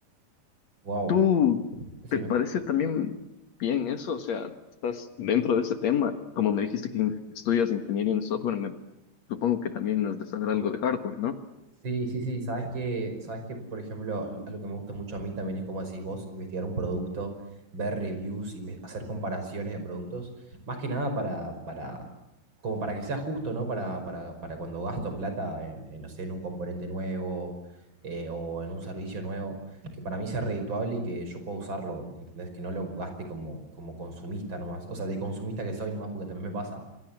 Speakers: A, on the right; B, on the left.
A: Wow.
B: ¿Tú
A: Decime.
B: te parece también bien eso? O sea, estás dentro de ese tema. Como me dijiste que in- estudias ingeniería en software, me supongo que también has de saber algo de hardware, ¿no?
A: Sí, sí, sí, sabes que, sabes que, por ejemplo, al- algo que me gusta mucho a mí también es como decís vos, investigar un producto, ver reviews y me- hacer comparaciones de productos, más que nada para, para, como para que sea justo, ¿no? Para, para, para cuando gasto plata en, en, no sé, en un componente nuevo eh, o en un servicio nuevo, que para mí sea redituable y que yo pueda usarlo, ¿entendés? Que no lo gaste como, como consumista nomás, o sea, de consumista que soy nomás, porque también me pasa